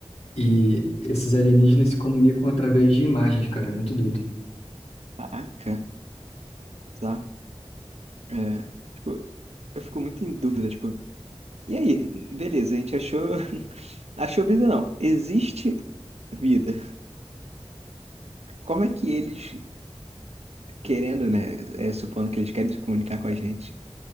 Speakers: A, on the left; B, on the right.
A: e esses alienígenas se comunicam através de imagens, cara, é muito doido.
B: Caraca, tá. É, tipo, eu fico muito em dúvida, tipo, e aí? Beleza, a gente achou, <laughs> achou vida não. Existe vida. Como é que eles, querendo, né, é, supondo que eles querem se comunicar com a gente,